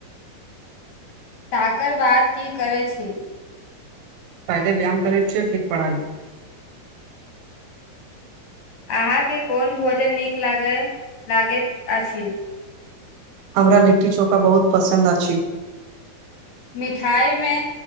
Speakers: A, on the left; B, on the right.
A: ताककर बाद की करै छी।
B: फायदे व्यायाम करैत छै फिर पढ़ाइ।
A: अहा के कोन भोजन नीक ल लागैत अछि।
B: हमरा लिट्टी चोखा बहुत पसन्द अछि।
A: मिठाइमे